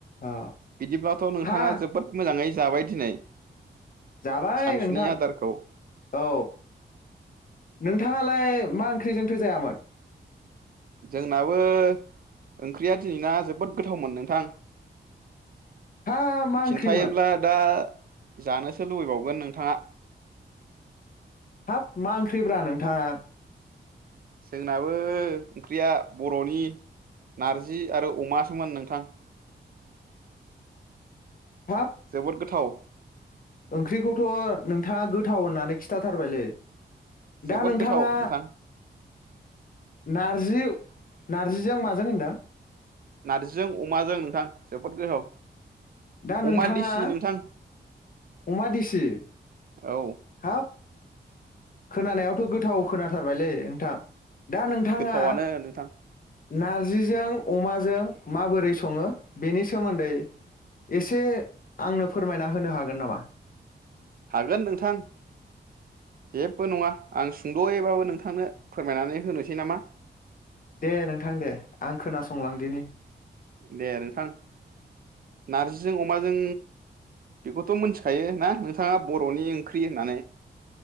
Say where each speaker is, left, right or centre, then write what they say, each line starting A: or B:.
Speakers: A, on the left; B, on the right.
A: औ
B: बिदिब्ला खौ नोंथाङा
A: हा
B: जोबोद मोज <unintelligible> मोजाङै जाबाय दिनै।
A: जाबाय
B: सानसुनि
A: नोंथां
B: आदारखौ
A: औ। नों नोंथाङालाय मा ओंख्रिजोंथो जायामोन?
B: जोंनाबो ओंख्रिया दिनैना जोबोद गोथावमोन नोंथां।
A: हा मा ओंख्रिमोन
B: खिन्थायोब्ला दा जानोसो लुगैबावगोन नोंथाङा।
A: हाब मा ओंख्रिब्रा नोंथां?
B: जोंनाबो ओंख्रिया बर'नि नारजि आरो अमासोमोन नोंथां।
A: हाब
B: जोबोद गोथाव।
A: ओंख्रिखौथ' नोंथाङा गोथाव होननानै खिथाथारबायलै।
B: जोबोद
A: दा नोंथाङा
B: गोथाव नोंथां
A: नारजि नारजिजों माजों होनदों?
B: नार्जिजों अमाजों नोंथां जोबोद गोथाव।
A: दा नोंथाङा
B: अमा देसि नोंथां
A: अमा देसि
B: औ
A: हाब खोनानायावथ' गोथाव खोनाथारबायलै नोंथां। दा नोंथाङा
B: गोथावानो नोंथां
A: नारजिजों अमाजों माबोरै सङो बेनि सोमोन्दै एसे आंनो फोरमायना होनो हागोन नामा?
B: हागोन नोंथां जेबो नङा आं सुंद'यैबाबो नोंथांनो फोरमायनानै होनोसै नामा?
A: दे नोंथां दे आं खोनासंलांदिनि।
B: दे नोंथां नारजिजों अमाजों बेखौथ' मोनथिखायो ना नोंथाङा बर'नि ओंख्रि होननानै?